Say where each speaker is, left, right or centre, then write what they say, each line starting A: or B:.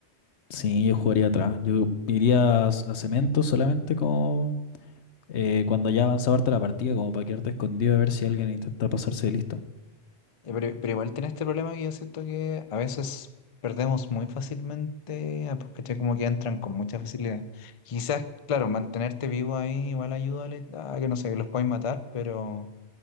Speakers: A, on the left; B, on the left.
A: Sí, yo jugaría atrás. Yo iría a, c- a cemento solamente como eh, cuando ya avanzaba harta la partida, como para quedarte escondido a ver si alguien intenta pasarse de listo.
B: Eh, Pero, pero igual tiene este problema que yo siento que a veces perdemos muy fácilmente, ah, pues, ¿cachai? Como que entran con mucha facilidad. Quizás, claro, mantenerte vivo ahí igual ayuda a le- a que, no sé, que los puedan matar, pero...